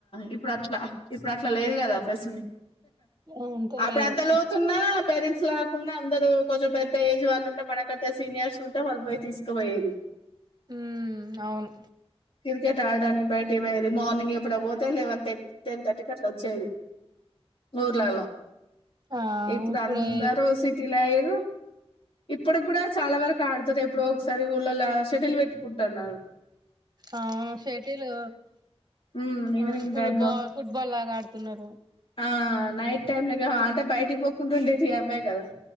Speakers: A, on the left (about 60°); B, on the right (about 40°).
A: ఇప్పుడు అట్లా ఇప్పుడు అట్లా లేదు కదా ఫెసిలి
B: అంతే
A: అప్పుడ్
B: లేవు
A: ఎంత లోతున్నా పేరె లేకున్న అందరు కొంచెం పెద్ద ఏజ్ వాళ్ళు ఉంటే మనకంటే సీనియర్స్ ఉంటే వాళ్ళు పోయి తీసుకపోయేది.
B: మ్ అవును
A: క్రికెట్ ఆడడానికి బయటకి పోయేది మార్నింగ్ ఎప్పుడో పోతే లెవెన్ థర్ టెన్ థర్టీకి అట్లా వచ్చేది. ఊర్లల్ల
B: ఆ
A: ఇప్పుడు
B: ఇప్పుడే
A: అందరూ సిటీలయిర్రు ఇప్పుడుకి కూడా చాలా వరకు ఆడుతరు ఎప్పుడో ఒకసారి ఊళ్ళలో షెటిల్ పెట్టుకుంటన్నారు.
B: అవును షెటిలు
A: ఉమ్ ఈవినింగ్
B: అవును ఫుబాల్
A: టైమ్ లో
B: ఫుట్బాల్ లాగా ఆడుతున్నారు.
A: ఆ నైట్ టైమ్ ఇగ అంటే బయటికి పోకుండ ఉండేటివి అవే కదా